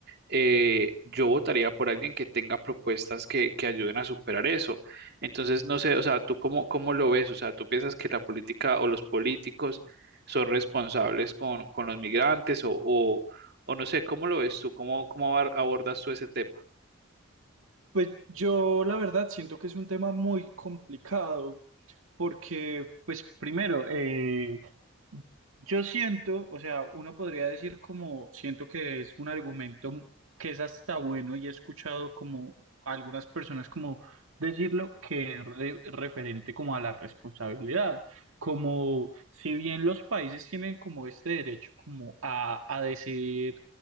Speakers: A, on the right (about 50°); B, on the right (about 70°).
A: eh, yo votaría por alguien que tenga propuestas que, que ayuden a superar eso. Entonces, no sé, o sea, ¿tú cómo, cómo lo ves? O sea, ¿tú piensas que la política o los políticos son responsables con, con los migrantes o, o, o no sé, ¿cómo lo ves tú? ¿Cómo, cómo abar- abordas tú ese tema?
B: Pues yo la verdad siento que es un tema muy complicado porque, pues primero, eh, yo siento, o sea, uno podría decir como, siento que es un argumento que es hasta bueno y he escuchado como algunas personas como decirlo que es re- referente como a la responsabilidad, como si bien los países tienen como este derecho como a, a decidir